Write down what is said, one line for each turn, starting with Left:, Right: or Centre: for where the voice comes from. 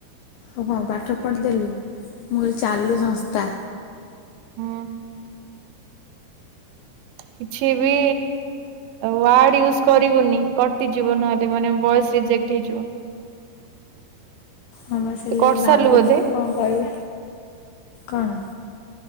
Left: ତୁ କଣ ପାଠ ପଢି଼ଦେଲୁ, ମୁଁ କଇଲି ଚାଲୁ ସଂସ୍ଥା।
Right: ହୁଁ। କିଛି ବି ଆଉ ୱାର୍ଡ ୟୁସ୍ କରିବୁନି କଟିଯିବ ନଏଲେ ମାନେ ବୟେସ୍ ଇଜେକ୍ଟ୍ ହେଇଯିବ।
Left: ହଁ ବା ସିଲେ
Right: ତୁ କରିସାରିଲୁ
Left: ଭାବୁଚି
Right: ବୋଧେ
Left: କଁ କଇବି କଣ।